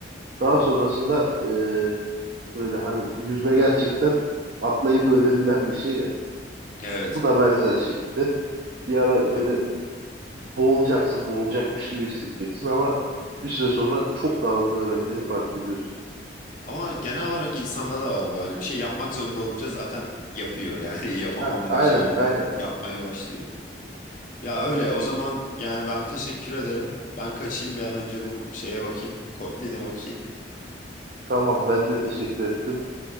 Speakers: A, on the right; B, on the left.
A: Daha
B: Hı hı.
A: sonrasında e, böyle hani yüzme gerçekten atlayıp öğrenilen bir şey
B: Evet.
A: Bu da benzer şekilde bir ara böyle
B: Hani-
A: boğulacaksın, boğulacakmış gibi hissedeceksin ama bir süre sonra çok daha hızlı öğrendiğini fark ediyorsun.
B: ama genel olarak insanda da var bu. Hani bir şey yapmak zorunda olunca zaten yapıyor. Yani <laughs> yapamam
A: Heh,
B: dediği
A: aynen,
B: şeyi bile
A: aynen.
B: yapmaya başlıyor. Ya öyle. O zaman yani ben teşekkür ederim. Ben kaçayım bir an önce bu şeye bakayım. Kotlin'e bakayım.
A: Tamam, ben de teşekkür ettim.